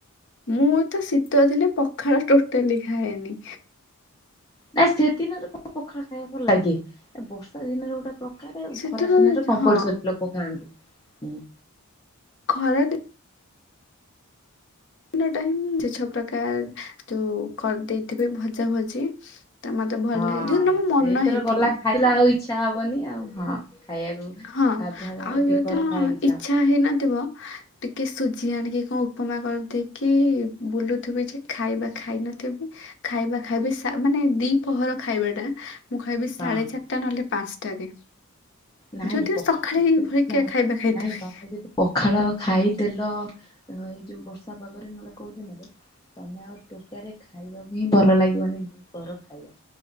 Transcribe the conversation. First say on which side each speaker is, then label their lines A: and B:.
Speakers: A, on the left (about 55°); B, on the left (about 15°).
A: ମୁଁ ତ ଶୀତ ଦିନେ ପଖାଳ ଟୋଟାଲି ଖାଏନି।
B: ନାଇଁ ସେଦିନରେ କଣ ପଖାଳ ଖାଇବାକୁ ଲାଗେ ଏ ବର୍ଷା ଦିନରେ ଗୋଟେ ପ୍ରକାର
A: ସେଦିନ
B: ଖରା ଦିନରେ କମ୍ପଲସରୀ
A: ହଁ
B: ଲୋକ ଖାଆନ୍ତି ହୁଁ।
A: ଖରାରେ ଦିନ ଟା ହିଁ ଯେତେ ପ୍ରକାର ଯୋଉ କରିଦେଇଥିବେ ଭଜା ଭଜି ତା ମତେ ଭଲ
B: ହଁ
A: ଲାଗେ ଯୋଉଦିନ ମୋ ମନ
B: ସେଇଥର
A: ହେଇଥିବ।
B: ଗଲା ଖାଇଲା ଆଉ ଇଚ୍ଛା ହବନି ଆଉ ହଁ ଖାଇବାକୁ।
A: ହଁ
B: ଗାଧୁଆଳେ
A: ଆଉ ଯୋଉ
B: ଦିପହରେ
A: ଦିନ
B: ଖାଇବାକୁ
A: ଇଚ୍ଛା
B: ହବ
A: ହେଇନଥିବ ଟିକେ ସୁଜି ଆଣିକି କଣ ଉପମା କରିଦେଇକି ବୁଲୁଥିବି ଯେ ଖାଇବା ଖାଇ ନଥିବି ଖାଇବା ଖାଇବି ସା ମାନେ ଦି ପହର ଖାଇବା ଟା ମୁଁ ଖାଇବି ସାଢେ
B: ହଁ
A: ଚାରିଟା ନହେଲେ ପାଞ୍ଚଟା ରେ।
B: ନାଇଁ
A: ଯଉ ଦିନ
B: ପଖାଳ
A: ସକାଳେ ଏ
B: ଯଦି
A: ଭଳିକା
B: ନାଇଁ
A: ଖାଇବା ଖାଇଥିବି।
B: ନାଇଁ ତମେ ଯଦି ପଖାଳ ଖାଇଦେଲ ଏଇ ଯୋଉ ବର୍ଷା ପାଗରେ ନହେଲେ କୋଉଦିନ। ତମେ ଆଉ ଟୋଟାଲି ଖାଇବାକୁ ହିଁ ଭଲ ଲାଗିବନି ଘର ଖାଇବା।